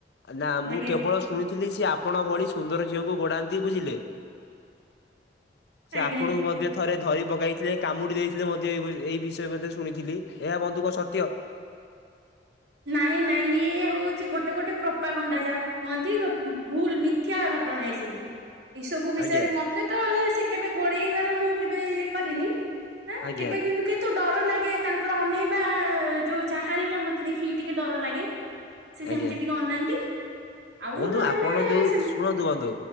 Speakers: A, on the left; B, on the right.
A: ନା ମୁଁ
B: ଆଜ୍ଞା।
A: କେବଳ ଶୁଣିଥିଲି ସେ ଆପଣ ଭଳି ସୁନ୍ଦର ଝିଅଙ୍କୁ ଗୋଡାନ୍ତି ବୁଝିଲେ। ସେ ଆପଣଙ୍କୁ
B: ଆଜ୍ଞା।
A: ମଧ୍ୟ ଥରେ ଧରି ପକେଇଥିଲେ କାମୁଡି ଦେଇଥିଲେ ମଧ୍ୟ <unintelligible> ଏଇ ବିଷୟରେ ମଧ୍ୟ ଶୁଣିଥିଲି। ଏହା ବନ୍ଧୁଙ୍କ କଣ ସତ୍ୟ?
B: ନାଇଁ ନାଇଁ ଇଏ ହଉଛି ଗୋଟେ ଗୋଟେ ପ୍ରପା ଗଣ୍ଡା, ଯାହାକୁ କୁହନ୍ତି <unintelligible> ଭୁଲ ମିଥ୍ୟା ଘଟଣା ଏଇସବୁ। ଏଇ ସବୁ ବିଷୟରେ
A: ଆଜ୍ଞା
B: ମତ ତ କେବେ ଗୋଡେଇବାର ମୁଁ କେବେ ଇଏ କରିନି। <unintelligible>
A: ଆଜ୍ଞା
B: କେବେ କିନ୍ତୁ କିନ୍ତୁ ଡର ଲାଗେ ତାଙ୍କର ଅନେଇବା ଯୋଉ ଚାହାଣୀ ଟା ମତେ ଦେଖିକି ଟିକେ ଡର ଲାଗେ। ସେ
A: ଆଜ୍ଞା
B: ସେମିତି ଟିକେ ଅନାନ୍ତି। ଆଉ
A: ବନ୍ଧୁ
B: ନହେଲେ
A: ଆପଣ ଯୋଉ
B: ସେମତି
A: ଶୁଣନ୍ତୁ ବନ୍ଧୁ,